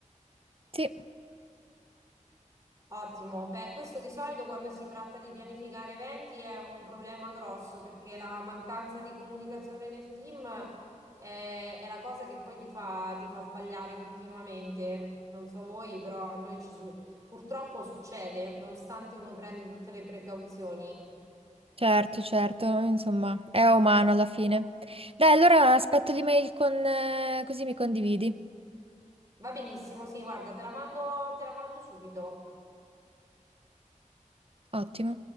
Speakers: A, on the right (about 45°); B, on the right (about 25°).
A: Sì,
B: Ottimo, beh, questo di solito quando si tratta di pianificare eventi è un problema grosso perché la mancanza di comunicazione nel team è, è la cosa che poi ti fa, ti fa sbagliare continuamente. Non so voi, però a noi ci su- purtroppo succede, nonostante uno prende tutte le precauzioni.
A: certo, certo, insomma, è umano alla fine. Dai, allora aspetto l'email con, eh, così mi condividi.
B: Va benissimo, sì, guarda, te la mando, te la mando subito.
A: Ottimo.